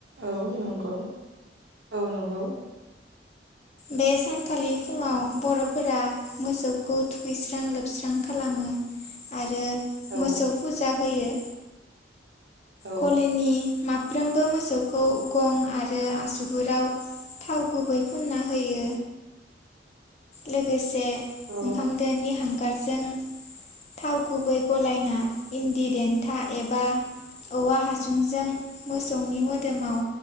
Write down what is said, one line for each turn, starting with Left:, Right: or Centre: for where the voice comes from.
Right: औ नंगौ। औ नंगौ
Left: बे सानखालि फुङाव बर'फोरा मोसौखौ थुखैस्रां लोबस्रां खालामो आरो
Right: औ
Left: मोसौ फुजा होयो
Right: औ
Left: गलनि माफ्रोमबो मोसौखौ गं आरो आसुगुराव थाव गुबै फुन फुनना होयो लोगोसे
Right: औ
Left: ओंखामदोनि हांगारजों थाव गुबै गलायना इन्दि देन्था एबा औवा हासुंजों मोसौनि मोदोमाव